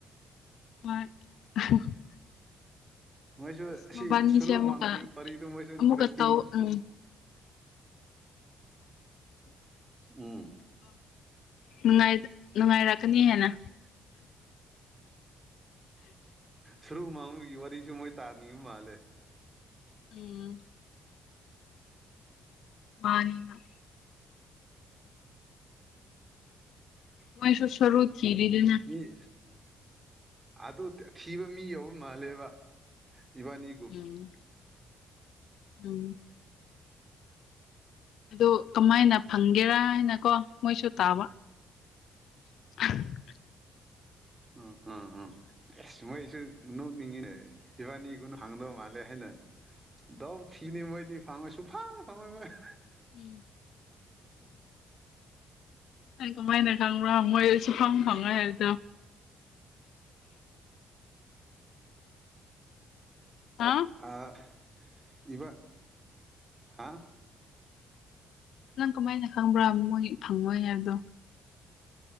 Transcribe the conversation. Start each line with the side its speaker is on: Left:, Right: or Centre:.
Left: <unintelligible>
Right: ꯃꯣꯏꯁꯨ
Left: ꯑꯁ
Right: ꯑꯁꯤ
Left: ꯃꯕꯥꯅꯤꯁꯦ
Right: ꯁꯔꯨ
Left: ꯑꯃꯨꯛꯀ
Right: ꯃꯥꯡꯈꯤꯕ ꯋꯥꯔꯤꯗꯨ ꯃꯣꯏꯁꯨ
Left: ꯑꯃꯨꯛꯀ
Right: ꯏꯟꯇꯔꯦꯁꯇꯤꯡ
Left: ꯇꯧ ꯎꯝ
Right: ꯎꯝ
Left: <inaudible> ꯅꯨꯡꯉꯥꯏꯔꯛꯀꯅꯤ ꯍꯥꯏꯦꯅ
Right: ꯁꯔꯨ ꯃꯥꯡꯕꯒꯤ ꯋꯥꯔꯤꯁꯨ ꯃꯣꯏ ꯇꯥꯅꯤꯡꯕ ꯃꯥꯜꯂꯦ
Left: ꯎꯝ ꯃꯥꯅꯤꯅ ꯃꯣꯏꯁꯨ ꯁꯔꯨ ꯊꯤꯔꯤꯗꯅ
Right: ꯃꯤ ꯑꯗꯨ ꯊꯤꯕ ꯃꯤ ꯌꯧꯕ ꯃꯥꯜꯂꯦꯕ ꯏꯕꯥꯅꯤ
Left: ꯎꯝ ꯎꯝ ꯑꯗꯨꯗ ꯀꯃꯥꯏꯅ ꯐꯪꯒꯦꯔꯥ ꯍꯥꯏꯅ ꯀꯣ ꯃꯣꯏꯁꯨ ꯇꯥꯕ <inaudible>
Right: ꯎꯝ ꯎꯝ ꯎꯝ ꯃꯣꯏꯁꯨꯅꯉꯤ ꯏꯕꯥꯅꯤꯒꯅ ꯐꯪꯗꯧ ꯃꯥꯂꯦ ꯍꯥꯏꯅ ꯗꯎ ꯊꯤꯅꯤ ꯃꯩꯗꯤ ꯐꯪꯉꯣꯏ ꯁꯨꯐꯪ ꯐꯪꯉꯣꯏ ꯃꯣꯏ <inaudible>
Left: ꯎꯝ ꯑꯩ ꯀꯃꯥꯏꯅ ꯈꯪꯕ꯭ꯔꯣ ꯃꯣꯏꯗ ꯁꯨꯐꯝꯪ ꯐꯪꯉꯣꯏ ꯍꯥꯏꯕꯗꯣ ꯍꯥ
Right: ꯑ ꯏꯕ ꯍꯥ
Left: ꯅꯪ ꯀꯃꯥꯏꯅ ꯈꯪꯕ꯭ꯔꯥ ꯃꯣꯏ ꯐꯪꯉꯣꯏ ꯍꯥꯏꯕꯗꯣ